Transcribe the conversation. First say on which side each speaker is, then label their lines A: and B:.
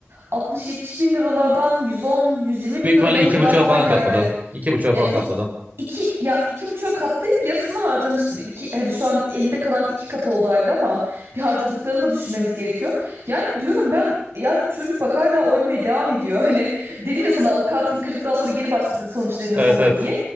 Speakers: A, on the right; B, on the right.
A: 60-70 bin liralardan 110-120 bin
B: Büyük ihtimalle
A: liralara
B: iki
A: kadar
B: buçuğa
A: falan
B: falan
A: geldi.
B: katladı. İki buçuğa
A: Ya
B: falan katladı.
A: iki, iki ya iki buçuğa katlayıp yarısını harcamıştır. İki, hani şu an elinde kalan iki katı oldu haliyle ama bir harcadıklarını da düşünmemiz gerekiyor. Yani diyorum ben ya çocuk bak hala oynamaya devam ediyor. <laughs> Hani dedim ya sana o kartını kırdıktan sonra geri başladı sonuçlarında
B: Evet
A: sonunda
B: evet.
A: diye.